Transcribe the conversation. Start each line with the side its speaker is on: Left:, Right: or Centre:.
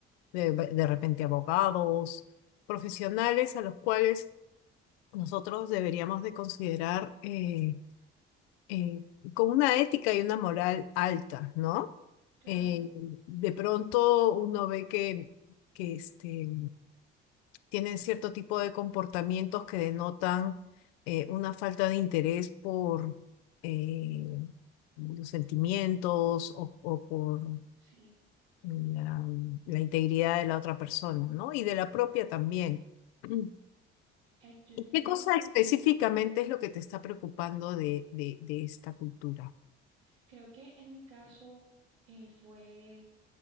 Left: de, de repente abogados, profesionales a los cuales nosotros deberíamos de considerar eh, eh, con una ética y una moral alta, ¿no?
Right: claro,
Left: Eh, de pronto uno ve que, que este, tienen cierto tipo de comportamientos que denotan eh, una falta de interés por eh, los sentimientos o, o por
Right: sí.
Left: la, la integridad de la otra persona, ¿no? Y de la propia también. Mm.
Right: Eh, yo he
Left: ¿Y
Right: tenido,
Left: qué cosa específicamente es lo que te está preocupando de, de, de esta cultura?
Right: creo que en mi caso eh, fue